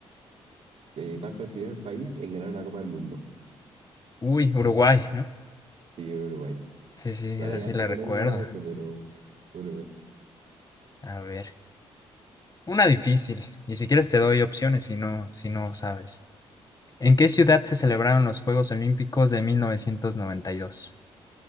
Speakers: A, on the right (about 65°); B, on the left (about 35°).
A: eh, ¿cuál fue el primer país en ganar una Copa del Mundo?
B: Uy, Uruguay, ¿no?
A: Sí, Uruguay.
B: Sí, sí,
A: Igual
B: esa
A: hay
B: sí
A: harta
B: la
A: polémica
B: recuerdo.
A: con eso, pero Uruguay.
B: A ver, una difícil. Y si quieres te doy opciones si no, si no sabes. ¿En qué ciudad se celebraron los Juegos Olímpicos de 1992?